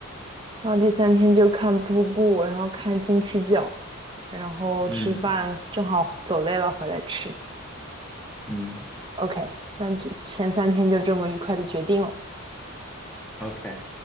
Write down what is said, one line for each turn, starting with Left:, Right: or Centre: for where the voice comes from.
Right: 然后第三天就看瀑布，然后看金七角，然后吃饭，
Centre: 嗯
Right: 正好走累了回来吃。
Centre: 嗯
Right: OK，那就前三天就这么愉快的决定了。
Centre: ，OK。